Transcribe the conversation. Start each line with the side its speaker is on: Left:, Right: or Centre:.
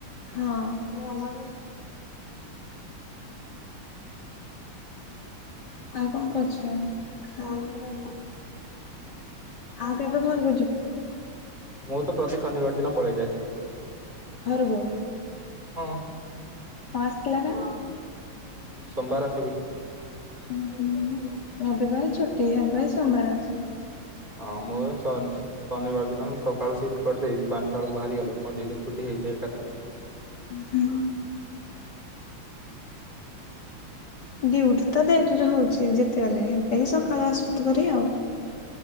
Left: ହଁ ଆଉ କଣ କରୁଛ। ଆଉ କେବେ ଘରକୁ ଯି
Right: ମୁଁ ତ ପ୍ରତି କନିବାର ଦିନ ପଳେଇଯାଏ।
Left: ଘରୁ କୁ
Right: ହଁ।
Left: ହଁ ଆସିଥିଲା ନା <inaudible>
Right: ସୋମବାର ଆସିବି
Left: ଉ ହୁଁ ରବିବାର ଛୁଟି <unintelligible> ସେଥିପାଇଁ ସୋମବାର ଆସି
Right: ହଁ ମୁଁ ଶନ୍ ଶନିବାର ଦିନ ସକାଳୁ ସିଫ୍ଟ୍ କରିଦେବି ପାଞ୍ଚଟା ବେଳକୁ ବାହାରିଗଲେ ମୋର ଦି ଦିନ ଛୁଟି ହେଇଯାଏ। କେତେ
Left: ହୁଁ। ଡିଉଟି ତ <unintelligible> ରେ ହଉଛି ଯେତେବେଳେ ହେଥିପାଇଁ ସକାଳୁ ଆସୁ <unintelligible> ଆଉ